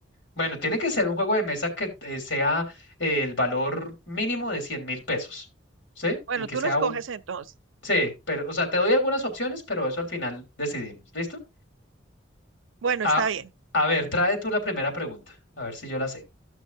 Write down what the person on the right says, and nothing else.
Bueno,
tú
los coges
entonces.
Bueno,
está bien.